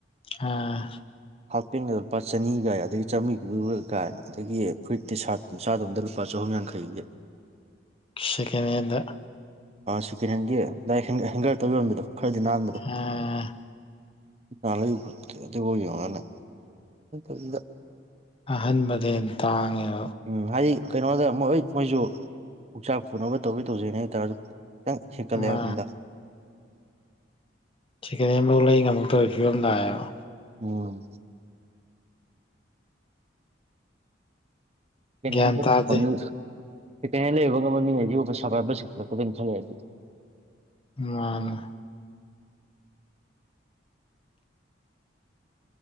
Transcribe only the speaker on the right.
ꯍꯥꯄꯦꯒꯗꯣ ꯂꯨꯄꯥ ꯆꯅꯤ ꯒꯥꯌꯦ ꯑꯗꯩ ꯆꯥꯝꯃꯔꯤꯗꯨ ꯀꯥꯏꯅ ꯑꯗꯒꯤ ꯐꯨꯏꯠꯇꯤ ꯁꯥꯔꯠ ꯆꯥꯗꯣꯝꯗ ꯂꯨꯄꯥ ꯆꯍꯨꯝ ꯌꯥꯡꯈꯩꯒꯤ
ꯁꯦꯀꯦꯟ ꯍꯦꯟꯒꯤ ꯂꯛ ꯍꯦꯡꯒꯔꯗ ꯌꯣꯟꯝꯕꯤꯗꯣ ꯈꯔꯗꯤ ꯅꯥꯟꯕꯗꯣ
ꯀꯥꯅ ꯄꯨꯦ ꯑꯗꯨꯅ <inaudible>
ꯎꯝ ꯍꯥꯏ ꯀꯩꯅꯣꯗ ꯃꯣꯏ ꯃꯣꯏꯁꯨ ꯄꯨꯛꯆꯥꯛ ꯄꯨꯅꯕ ꯇꯧꯗꯤ ꯇꯧꯖꯩꯅꯦ ꯍꯥꯏꯇꯥꯔꯁꯨ ꯈꯤꯇꯪ ꯍꯦꯟꯀꯠꯂꯦ
ꯍꯥꯏꯕꯅꯤꯗ
ꯎ <inaudible> ꯁꯦꯐꯣꯟꯗ
ꯍꯟꯗ ꯂꯩꯕꯥ ꯉꯝꯕ ꯁꯤꯡꯁꯦ ꯄꯩꯁꯥ ꯄꯥꯏꯕꯥ ꯆꯤꯡ ꯈꯠꯂꯛ ꯑꯥꯕꯥ ꯀꯩꯅꯣꯝ ꯇꯔꯤ